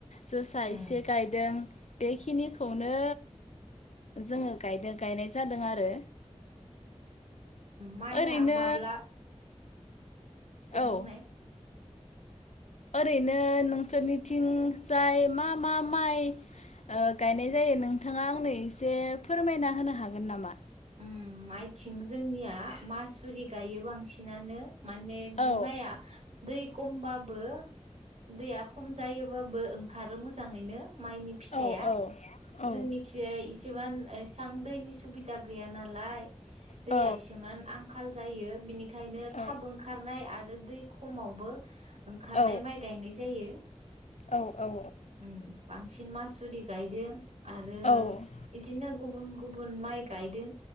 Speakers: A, on the left (about 70°); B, on the right (about 65°).
A: जोसा
B: उम
A: एसे गायदों बेखिनिखौनो जोङो गायदों गायनाय जादों आरो
B: माइ
A: ओरैनो
B: हा माब्ला दे
A: औ
B: बुंनाय
A: ओरैनो नोंसोरनिथिं जाय मा मा माइ ओ गायनाय जायो नोंथाङा आंनो एसे फोरमायना होनो हागोन नामा
B: ओम माइथिं जोंनिया मासुरि गायो बांसिनानो माने
A: औ
B: बिमाया दै खमबाबो दैया खम जायोबा बो ओंखारो मोजाङैनो माइनि फिथाइया
A: औ औ
B: जोंनिखिजाय
A: औ
B: <unintelligible> एसां दैनि सुबिदा गै गैया नालाय। दैया
A: औ
B: एसेमोन आंखाल जायो बिनिखायनो
A: औ
B: थाब ओंखारनाय आरो दै खमावबो ओंखारनाय
A: औ
B: माइ गायनाय जायो।
A: औ औ।
B: उम बांसिन मासुरि गायदों। आरो
A: औ
B: इदिनो गुबुन गुबुन माइ गायदों